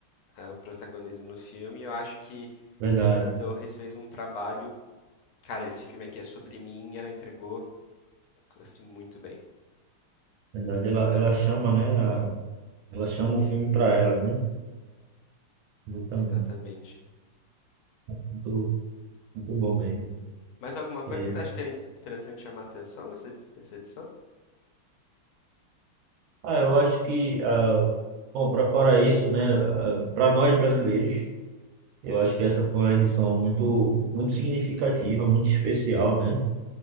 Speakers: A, on the left (about 75°); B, on the right (about 75°).
A: ah, o protagonismo no filme, e eu acho que
B: Verdade,
A: Fernanda Torres fez um trabalho. Cara, esse filme aqui é sobre mim, e ela entregou assim muito bem.
B: verdade. Ela, ela chama, né? a- ela chama o filme para ela, né? Exatamente.
A: Exatamente.
B: Muito, muito bom mesmo.
A: Mais alguma coisa
B: É,
A: que você acha que é interessante chamar a atenção nessa, nessa edição?
B: ah, eu acho que ah, Bom, para fora isso, né, para nós brasileiros, Eu acho que essa foi uma edição muito, muito significativa, muito especial, né?